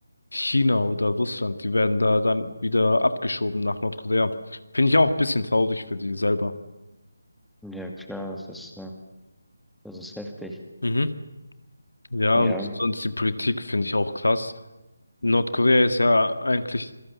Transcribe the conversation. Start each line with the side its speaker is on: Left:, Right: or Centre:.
Left: China oder Russland, die werden da dann wieder abgeschoben nach Nordkorea. Finde ich auch ein bisschen traurig für die selber.
Centre: Mhm. Ja, klar, das ist, äh, das ist heftig.
Left: Mhm. Ja,
Centre: Ja.
Left: und sonst die Politik finde ich auch krass. Nordkorea ist ja eigentlich